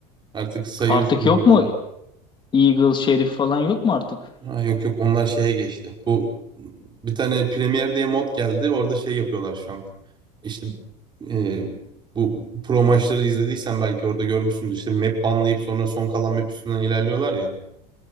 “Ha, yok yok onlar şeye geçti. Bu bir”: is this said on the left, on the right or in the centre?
Right